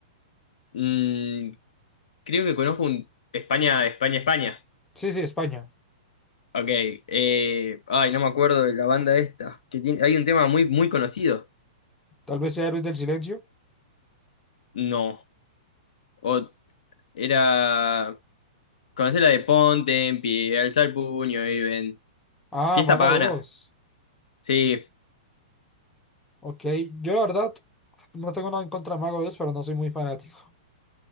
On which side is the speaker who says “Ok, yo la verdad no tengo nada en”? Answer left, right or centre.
Centre